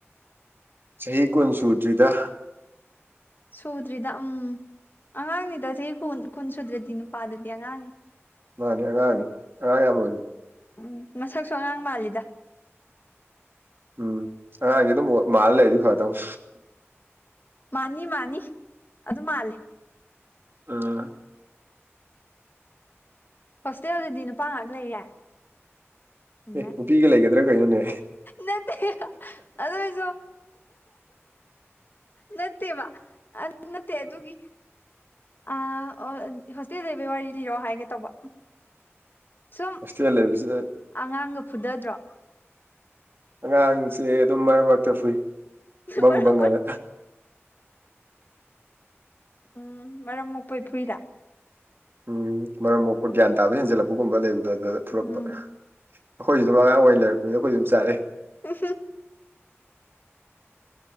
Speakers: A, on the right; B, on the left.
A: ꯆꯍꯤ ꯀꯨꯟ ꯁꯨꯗ꯭ꯔꯤꯗ
B: ꯁꯨꯗ꯭ꯔꯤꯗ ꯎꯝ ꯑꯉꯥꯡꯅꯤꯗ ꯆꯍꯤ ꯀꯨꯟ ꯁꯨꯗ꯭ꯔꯗꯤ ꯅꯨꯄꯥꯗꯗꯤ ꯑꯉꯥꯡꯅꯤ
A: ꯃꯥꯅꯦ ꯑꯉꯥꯡꯅꯤ ꯑꯉ ꯌꯥꯝꯃꯅꯤ
B: ꯎꯝ ꯃꯁꯛꯁꯨ ꯑꯉꯥꯡ ꯃꯥꯜꯂꯤꯗ
A: ꯎꯝ ꯑꯉꯥꯡꯁꯦ ꯑꯗꯨꯝ ꯃꯥꯜꯂ ꯂꯩꯔꯗꯤ ꯐꯗꯕ
B: ꯃꯥꯅꯤ ꯃꯥꯅꯤ ꯑꯗꯨ ꯃꯥꯂꯦ
A: ꯎ
B: ꯍꯣꯁꯇꯦꯜꯗꯗꯤ ꯅꯨꯄꯥ ꯉꯥꯛ ꯂꯩꯌꯦ
A: ꯑꯦ
B: ꯃꯦ
A: ꯅꯨꯄꯤꯒ ꯂꯩꯒꯗ꯭ꯔꯥ ꯀꯩꯅꯣꯅꯦ
B: ꯅꯠꯇꯦ ꯑꯗꯣꯁꯨ ꯅꯠꯇꯦꯕ ꯅꯠꯇꯦ ꯑꯗꯨꯒꯤ ꯑ ꯍꯣꯁꯇꯦꯜꯗ ꯂꯩꯕꯩ ꯋꯥꯔꯤ ꯂꯤꯔꯣ ꯍꯥꯏꯒꯦ ꯇꯧꯕ ꯁꯨꯝ
A: ꯍꯣꯁꯇꯦꯜ ꯂꯩꯕꯁꯤꯗ
B: ꯑꯉꯥꯡꯒ ꯐꯨꯗꯗ꯭ꯔꯣ
A: ꯑꯉꯥꯡꯁꯦ ꯑꯗꯨꯝ ꯃꯔꯛ ꯃꯔꯛꯇ ꯐꯨꯏ ꯕꯪ
B: ꯃꯔꯛ
A: ꯕꯪꯑꯅ
B: ꯃꯔꯛ ꯎꯝ ꯃꯔꯝ ꯃꯣꯛꯄꯩ ꯐꯨꯏꯔ
A: ꯎꯝ ꯃꯔꯝ ꯑꯣꯏꯄ ꯒ꯭ꯌꯥꯟ ꯇꯥꯕ ꯍꯦꯟꯖꯜꯂꯛꯄꯒꯨꯝꯕ ꯂꯩꯕꯗ ꯑꯗꯐꯨꯔꯛꯄ
B: ꯎꯝ
A: ꯑꯩꯈꯣꯏꯁꯨ ꯑꯗꯨꯝ ꯑꯉꯥꯡ ꯑꯣꯏꯅ ꯂꯩꯔꯛꯅꯤ ꯑꯩꯈꯣꯏ ꯑꯗꯨꯝ ꯆꯥꯔꯛꯏ
B: ꯎ